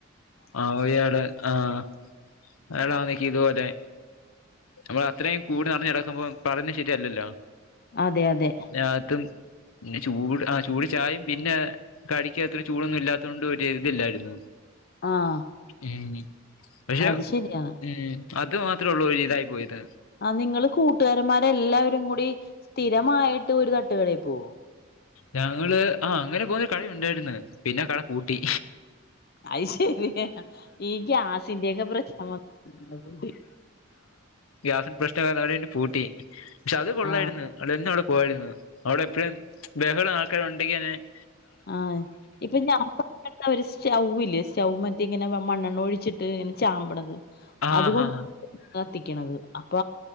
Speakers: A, on the left; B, on the left.
A: ആഹ് ഒയ് ആഹ് അളാ നിക്കി ഇതുപോലെ നമ്മൾ അത്രയും കൂടി നറഞ്ഞ് കെടക്കുമ്പോ പറഞ്ഞ ശെരിയല്ലല്ലോ
B: അതെ അതെ
A: രാത്തും പിന്നെ ചൂട് ആ ചൂട് ചായയും പിന്നെ കടിക്ക് അത്ര ചൂടൊന്നും ഇല്ലാത്തോണ്ട് ഒരു ഇതില്ലായിരുന്നു
B: ആഹ്
A: ഉം പക്ഷെ
B: അത് ശരിയാ
A: ഉം അത് മാത്രേ ഉള്ളൂ ഒരു ഇതായി പോയത്
B: ആ നിങ്ങള് കൂട്ടുകാരമാരെല്ലാവരും കൂടി സ്ഥിരമായിട്ട് ഒരു തട്ടുകടയിൽ പോവോ
A: ഞങ്ങള് ആ അങ്ങനെ പോന്ന കടയുണ്ടായിരുന്ന് പിന്നെ കട പൂട്ടി
B: അത് ശരി ഈ ഗ്യാസിന്റെയൊക്കെ പ്രശനം ഉള്ളതുകൊണ്ട്
A: ഗ്യാസിന്റെ പ്രശ്നം കാരണം അവര് പിന്നെ പൂട്ടി പക്ഷെ അത് കൊള്ളായിരുന്നു
B: ആഹ്
A: അത് എന്നും അവിടെ പോയിരുന്നു അവിടെ എപ്പഴും ബഹളം ആൾക്കാർ <unintelligible>
B: ആഹ് ഇപ്പ ഞാൻ <unintelligible> സ്റ്റൗവില് സ്റ്റൗ മറ്റേ ഇങ്ങനെ മണ്ണെണ്ണ ഒഴിച്ചിട്ട് ഇങ്ങനെ ചാമ്പണത്.
A: ആഹ്
B: അതുകൊണ്ട്
A: ഹാ ഹാ
B: കത്തിക്കണത് അപ്പ